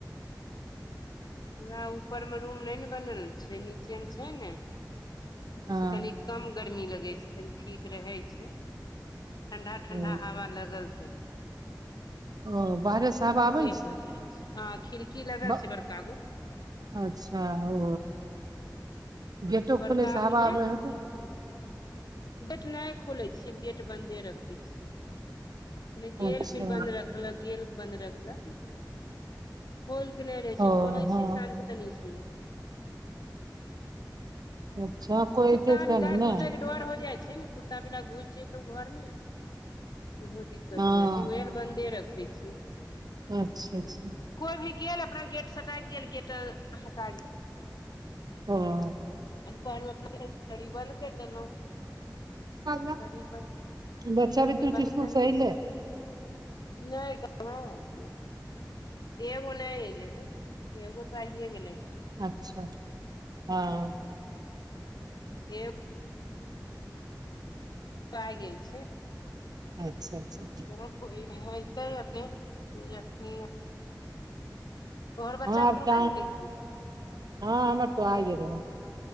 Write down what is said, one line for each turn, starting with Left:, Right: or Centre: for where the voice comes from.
Left: ना ऊपर मे रूम नहि ने बनल छै नीचे मे छै ने
Right: हँ
Left: से तनि कम गरमी लगै छै तनी ठीक रहै छै ठंडा ठंडा
Right: ओ
Left: हवा लगल तनि
Right: ओ बाहरे हवा आबै
Left: से
Right: छै
Left: हो जाइत छै हँ खिड़की लगल
Right: ब
Left: छै बड़का गो
Right: अच्छा ओ गेटो
Left: बड़का
Right: खुलै स
Left: गो
Right: हवा
Left: खिड़की
Right: आब हतौ
Left: ठीक गेट नहि खोलै छियै गेट बन्दे रखै छियै गेल
Right: अच्छा
Left: फेर बन्द रखलक गेल बन्द रखलक खोल कऽ नहि रहै छै
Right: ओ
Left: खोलै
Right: हँ
Left: छियै साँत के तनि सुन
Right: अच्छा कोइ
Left: कुत्ता
Right: एतै तब
Left: बिलाइ
Right: ने नहि
Left: घुसयके डर हो जाइ छै ने कुत्ता बिलाइ घुस जेतौ घरमे ओहो दिक्कत
Right: हँ
Left: हो जाइ छै उएह ल बन्दे रखै छियै
Right: अच्छा अच्छा
Left: कोई भी गेल अपना गेट सटायक गेल गेट हटा गेल
Right: ह
Left: आ पानमे अप तरी बाल <unintelligible>
Right: ओ
Left: करी बन
Right: बच्चा
Left: करी
Right: बुतरुक
Left: बन्द
Right: स्कुल
Left: कैर
Right: से अयलै
Left: दै छिए नहि कहाँ <unintelligible> एगो नहि एऐले हैं एगो तो आइए गेले
Right: अच्छा हँ
Left: ए पा गेल छै
Right: अच्छा अच्छा
Left: को तऽ ह अपने जखनी <unintelligible> तोहर बच्चा
Right: हँ
Left: बुतरु
Right: आब त
Left: भए गेलै की
Right: ह हमर त आए गलै हण